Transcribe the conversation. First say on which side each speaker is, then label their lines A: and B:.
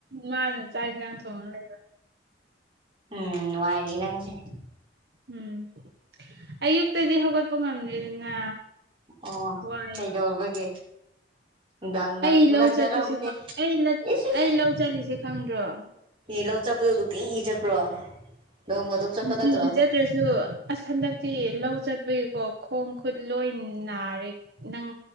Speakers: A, on the right; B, on the right.
A: ꯃꯥꯅ ꯆꯥꯛ ꯌꯦꯟꯁꯥꯡ ꯊꯣꯡꯉ ꯂꯩꯕ
B: ꯎꯝ ꯅꯨꯡꯉꯥꯏꯔꯤ ꯅꯪꯁꯦ
A: ꯎꯝ ꯑꯌꯨꯛꯇꯗꯤ ꯍꯧꯒꯠꯄ ꯉꯝꯗ꯭ꯔꯦꯗꯅ
B: ꯑꯣ
A: ꯋꯥꯏꯕ
B: ꯀꯩꯗꯧꯔꯨꯕꯒꯤ ꯅꯨꯡꯗꯥꯡ ꯅꯨꯡꯗꯥꯡꯗꯤ
A: ꯑꯩ
B: ꯍꯨꯔꯥꯟ
A: ꯂꯧ ꯆꯠꯄꯁꯦ
B: ꯆꯠꯂꯝꯃꯅꯤ
A: ꯑꯩ
B: ꯏꯁ ꯏꯁ
A: ꯑꯩ ꯂꯧ ꯆꯠꯂꯤꯁꯦ ꯈꯪꯗ꯭ꯔꯣ
B: ꯌꯦ ꯂꯧ ꯆꯠꯄꯗꯣ ꯅꯨꯡꯇꯤꯒꯤ ꯆꯠꯄ꯭ꯔꯣ ꯅꯣꯡ ꯐꯥꯗꯣꯛ ꯆꯠꯄ
A: ꯅꯨꯡꯇꯤꯒꯤ
B: ꯅꯠꯇ꯭ꯔꯣ
A: ꯆꯠ ꯇ꯭ꯔꯁꯨ ꯑꯁ ꯍꯟꯗꯛꯇꯤ ꯂꯧ ꯆꯠꯄꯒꯤꯀꯣ ꯈꯣꯡ ꯈꯨꯠ ꯂꯣꯏ ꯅꯥꯔꯦ ꯅꯪ